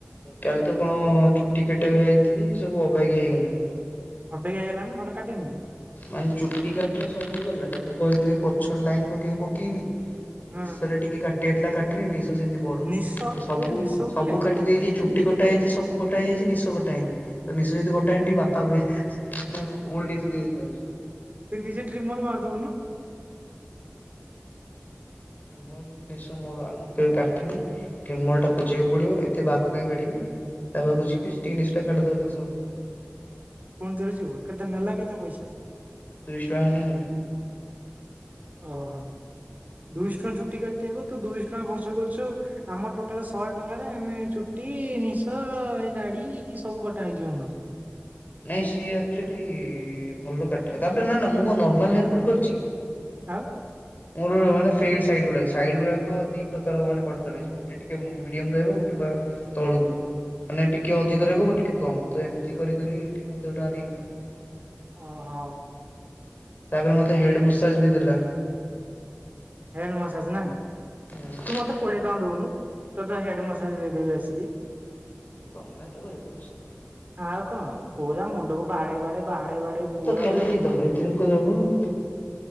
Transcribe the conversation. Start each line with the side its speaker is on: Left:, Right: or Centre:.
Left: କାଲି ତ କଣ ଚୁଟି କାଟିଆକୁ ଯାଇଥିଲି ସବୁ ଅବାଗିଆ ହେଇଗଲା।
Right: ଅବାଗିଆ ହେଇଗଲା ମାନେ ଭଲ କାଟିନୁ?
Left: ମାନେ ଚୁଟି କାଟିଲା ସବୁ କଲା ତାକୁ କହିଥିଲି ପଛର ଲାଇନ ପକେଇକୁ ପକେଇନି।
Right: ହୁଁ।
Left: ନିଶରେ ଟିକେ କାଟି କାଟିଆଥିଲା କାଟିନି ନିଶ ସେମିତି ବଡ।
Right: ନିଶ
Left: ସବୁ
Right: ତୋର ନିଶ ଉଠିଲା
Left: ସବୁ
Right: କି?
Left: କାଟି ଦେଇେଛି ଚୁଟି କଟା ହେଇଛି। ସବୁ ମୋଟା ହେଇଯାଇଛି ନିଶ କଟା ହେଇନି। ତ ନିଶ ଯଦି କଟା ହେଇନି ବାପା ଭଳି ଦେଖା ଓଲ୍ଡ ଯାଉଛି।
Right: ତୁ ନିଜେ ଟ୍ରିମର୍ ମାରିଦଉନୁ।
Left: ମୁଁ ମୋର ନିଶ ମୋର ମୁଁ କେବେ କାଟିିନି। ଟ୍ରିମର ଟା ଖୋଜିବାକୁ ପଡିବ ଏତେ ବାଘ କାଇଁ କାଢିବି ତା ପାଖକୁ ଯିବି ସେ ଟିକେ ନିଶ କାଟିଦବ ଖାଲି ସଇଲା।
Right: ପୁଣି ଥରେ ଯିବୁ? କେତେ ନେଲା କେତେ ପଇସା?
Left: ଦୁଇଶହ ଟଙ୍କା ଖଣ୍ଡେ ନେଲା।
Right: ଓହୋ। ଦୁଇଶହ ଟଙ୍କା ଚୁଟି କାଟିଆକୁ ତୁ ଦୁଇଶହ ଟଙ୍କା ଖର୍ଚ୍ଚ କରିଚୁ। ଆମ ଟୋଟାଲ ଶହେ ଟଙ୍କାରେ ଆମେ ଚୁଟି, ନିଶ, ଏଇ ଦାଡି ସବୁ କଟା ହେଇଯିବ ଆମର।
Left: ନାଇଁ ସିଏ ଆକ୍ଚୁଆଲି ଭଲ କାଟିବ। ତାପରେ ନା ନା ମୁଁ କଣ ନର୍ମାଲ ହେୟାର କଟ କରିଛି କି?
Right: ଆଉ?
Left: ମୋର ମାନେ ଫେଡ୍ ସାଇଡ୍ ଗୁଡା, ସାଇଡ୍ ଗୁଡା ଦି ପ୍ରକାର କଟ କରାଯାଇଚି। ଚୁଟି ଟିକେ ମିଡିୟମ ରହିବ ଗୋଟେ ପ୍ରକାର ତଳୁକୁ। ମାନେ ଟିକେ ଅଧିକ ରହିବ ଟିକେ କମ, ତ ଏମିତି କରିି କରି ଟିକେ ଅଧିକ ଟଙ୍କା ନେଇଗଲା।
Right: ଓହୋ।
Left: ତାପରେ ମତେ ହେଡ ମସାଜ ବି ଦେଲା।
Right: ହେଡ଼୍ ମସାଜ ନା?
Left: ହୁଁ।
Right: ତୁ ମତେ କୋଡିଏ ଟଙ୍କା ଦଉନୁ ତତେ ହେଡ ମସାଜ ଦେଇଦବି ଆସିକି।
Left: ତମେ ଯୋଉ ହେଡ ମଶାଜ
Right: ଆଉ କଣ ପୁରା ମୁଣ୍ଡକୁ ବାଡେଇ, ବାଡେ ବାଡେଇ, ବାଡେଇ ପୁରା
Left: କାଲି
Right: ପୁରି
Left: ଧରିତ୍ରୀଙ୍କୁ ଦବୁ। ହୁଁ।